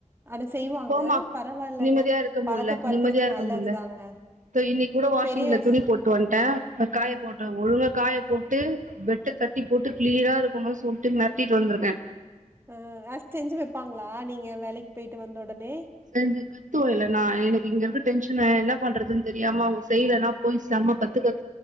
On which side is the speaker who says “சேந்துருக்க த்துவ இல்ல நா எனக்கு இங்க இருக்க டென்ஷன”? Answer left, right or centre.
Right